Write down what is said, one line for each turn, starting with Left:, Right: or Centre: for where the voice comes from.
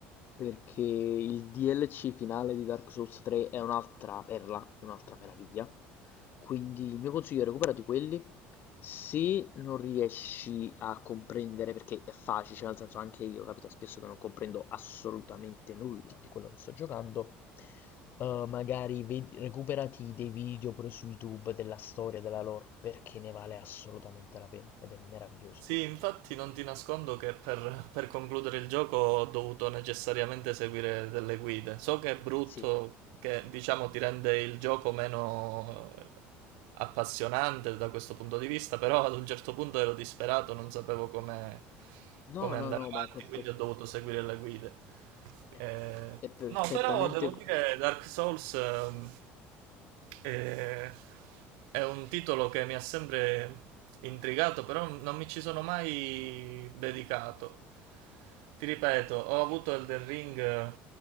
Left: perché il DLC finale di Dark Souls 3 è un'altra perla, è un'altra meraviglia. Quindi il mio consiglio è recuperati quelli. Se non riesci a comprendere, perché è facile, cioè nel senso anche io capita spesso che non comprendo assolutamente nulla di quello che sto giocando, eh, magari vedi- recuperati dei video pure su YouTube della storia, della lore, perché ne vale assolutamente la pena ed è meraviglioso.
Right: Sì, infatti non ti nascondo che per, per concludere il gioco ho dovuto necessariamente seguire delle guide. So che è brutto,
Left: Sì.
Right: che diciamo ti rende il gioco meno eh, appassionante da questo punto di vista, però ad un certo punto ero disperato, non sapevo come, come
Left: No,
Right: andare
Left: no, no,
Right: avanti,
Left: ma è perfetto.
Right: quindi ho dovuto seguire le guide.
Left: È,
Right: Eh,
Left: è perfettamente.
Right: No, però devo
Left: co-
Right: dire Dark Souls ehm, è, è un titolo che mi ha sempre intrigato, però non mi ci sono mai dedicato ti ripeto, ho avuto Elden Ring eh,